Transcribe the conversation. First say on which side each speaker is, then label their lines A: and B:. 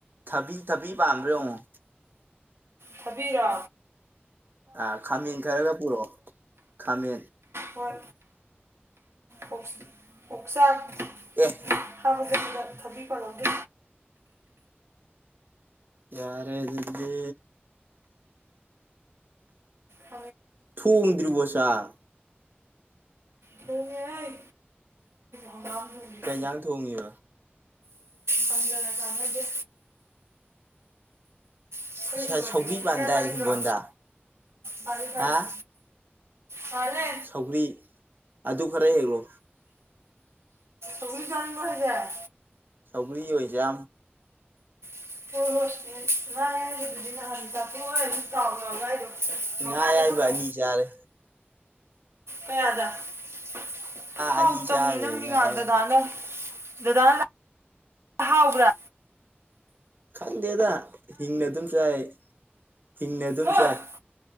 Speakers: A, on the right; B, on the right.
A: ꯊꯕꯤ ꯊꯕꯤ ꯄꯥꯟꯕ꯭ꯔ ꯌꯦꯡꯉꯣ
B: ꯊꯕꯤꯔꯣ
A: ꯑ ꯈꯥꯃꯦꯟ ꯈꯔꯒ ꯄꯨꯔꯛꯑꯣ ꯈꯥꯃꯦꯟ
B: ꯍꯣꯏ ꯎꯝ ꯑꯣꯛꯆꯥꯛ
A: ꯑꯦ
B: ꯊꯥꯡꯖꯤꯡꯒ ꯊꯕꯤꯒ ꯄꯥꯜꯍꯧꯗꯦ
A: ꯌꯥꯔꯦ ꯑꯗꯨꯗꯤ
B: ꯑꯟꯏꯟꯇꯦꯜꯂꯤꯖꯦꯕꯜ
A: ꯊꯣꯡꯗ꯭ꯔꯤꯕꯣ ꯆꯥꯛ
B: ꯊꯣꯡꯉꯦꯍꯦ ꯍꯪꯒꯥꯝ ꯊꯣꯡꯕꯤꯗꯨ
A: ꯀꯩ ꯏꯟꯖꯥꯡ ꯊꯣꯡꯉꯤꯕ
B: ꯐꯪꯗꯅ ꯆꯥꯟꯅꯗꯦ ꯑꯩꯈꯣꯏ
A: ꯑꯟꯑꯣꯗꯤꯕꯜ
B: ꯍꯤꯡꯒꯣꯜꯗꯒꯤ
A: ꯁꯧꯒ꯭ꯔꯤ
B: ꯍꯪꯒꯥꯝ
A: ꯄꯦꯟꯗꯥꯏ
B: ꯆꯥꯅꯤꯡꯕ꯭ꯔꯣ
A: ꯍꯤꯡꯒꯣꯟꯗ
B: ꯄꯥꯜꯂꯤ ꯄꯥꯜꯂꯤ
A: ꯍꯥ
B: ꯄꯥꯜꯂꯦ
A: ꯁꯧꯒ꯭ꯔꯤ ꯑꯗꯨ ꯈꯔ ꯍꯦꯛꯂꯛꯂꯣ
B: ꯑꯟꯏꯟꯇꯦꯜꯂꯤꯖꯦꯕꯜ
A: ꯁꯧꯒꯔ꯭ꯤ ꯑꯣꯏ ꯆꯥ
B: <unintelligible>
A: ꯉꯥ
B: ꯃꯈꯥꯗ
A: ꯑꯥꯌꯥꯏꯕ
B: ꯊꯝꯃꯣ
A: ꯑꯅꯤ ꯆꯔꯦ꯫
B: <unintelligible> ꯍꯥꯎꯇꯝꯅꯤ
A: ꯑꯅꯤ ꯆꯥꯈ꯭ꯔꯦ
B: ꯅꯪꯒꯤ ꯉꯥ
A: ꯑꯌꯥꯏꯕ
B: ꯗꯥꯗ ꯅꯥ ꯗꯗꯥ ꯍꯥꯎꯕꯔꯥ?
A: ꯈꯪꯗꯦꯗ ꯍꯤꯡꯅ ꯑꯗꯨꯝ ꯆꯥꯏ ꯍꯤꯡꯅ ꯑꯗꯨꯝ
B: ꯍꯣꯏ
A: ꯆꯥꯏ꯫